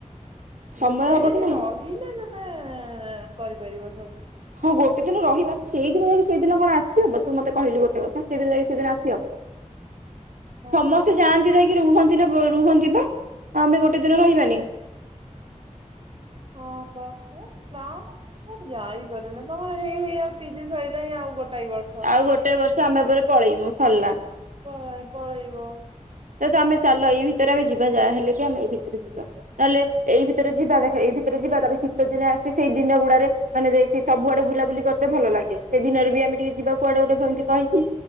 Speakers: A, on the right (about 85°); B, on the right (about 45°).
A: ସମୟ
B: ଗୋଟେ
A: ହବ
B: ଦିନ
A: କି ନାହିଁ
B: ରହିଲା ତ ମାନେ କରିପାରିବ ସବୁ।
A: ହଁ ଗୋଟେ ଦିନ ରହିବା ସେଇଦିନ ଯାଇକି ସେଇଦିନ କଣ ଆସିହବ ତୁ ମତେ କହିଲୁ ଗୋଟେ କଥା ସେଇଦିନ ଯାଇକି ସେଦିନ ଆସିହବ। <inaudible>
B: ହଁ
A: ସମସ୍ତେ ଯାଆନ୍ତି ଯାଇକି ରୁହନ୍ତି ନା ରୁହନ୍ତି ବା ଆମେ ଗୋଟେ ଦିନ ରହିବାନି।
B: ହଁପା ହେଁ ଜାମ୍ ଯାଇପାରୁନି ବାର ହେଇ ହେଇ ଆଉ ପିଜି ସରିଲା ହିଁ ଆଉ ଗୋଟାଏ ବର୍ଷ।
A: ଆଉ ଗୋଟେ ବର୍ଷ ଆମେ ପରେ ପଳେଇମୁ ସରିଲା।
B: ପଳେଇ ପଳେଇବ।
A: ତ ତ ଆମେ ଚାଲ ଏଇ ଭିତରେ ଆମେ ଯିବା ଯାହାହଲେ ବି ଆମେ ଏଇ ଭିତରେ ଯିବା। ନହେଲେ ଏଇ ଭିତରେ ଜିବା ଦେଖ ଏଇ ଭିତରେ ଯିବା ତାପରେ ଶୀତ ଦିନ ଆସୁଛି ସେଇ ଦିନ ଗୁଡାରେ ମାନେ ଦେଖ ସବୁଆଡେ ବୁଲାବୁଲି କରିତେ ଭଲ ଲାଗେ ସେ ଦିନରେ ବି ଆମେ ଟିକେ ଯିବାକୁୁଆଡେ ଗୋଟେ କହିକି।